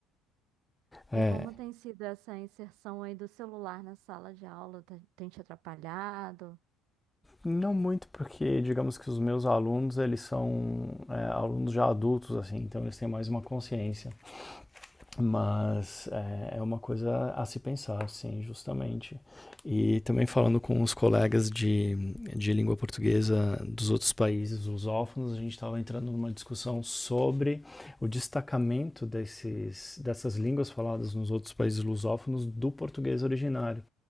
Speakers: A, in the centre; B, on the right (about 70°).
A: É,
B: E como tem sido essa inserção aí do celular na sala de aula? Tem tem te atrapalhado?
A: não muito porque, digamos que os meus alunos, eles são é, alunos já adultos, assim, então eles têm mais uma consciência. Mas é, é uma coisa a se pensar, sim, justamente. E também falando com os colegas de, de língua portuguesa dos outros países lusófonos, a gente estava entrando numa discussão sobre o destacamento desses, dessas línguas faladas nos outros países lusófonos do português originário.